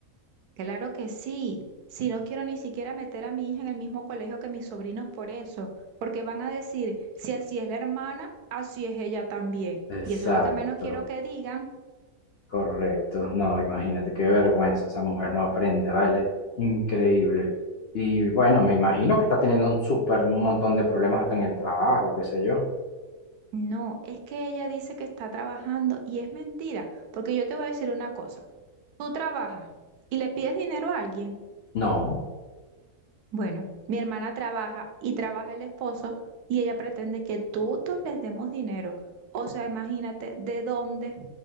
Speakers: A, on the right; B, on the left.
A: Claro que sí, si no quiero ni siquiera meter a mi hija en el mismo colegio que mis sobrinos por eso, porque van a decir, si así es la hermana, así es ella también.
B: Exacto.
A: Y eso es lo que menos quiero que digan.
B: Correcto, no, imagínate qué vergüenza, esa mujer no aprende, ¿vale? Increíble. Y bueno, me imagino que está teniendo un súper montón de problemas hasta en el trabajo, qué sé yo.
A: No, es que ella dice que está trabajando y es mentira, porque yo te voy a decir una cosa. Tú trabajas y le pides dinero a alguien.
B: No,
A: Bueno, mi hermana trabaja y trabaja el esposo y ella pretende que todos les demos dinero. O sea, imagínate de dónde.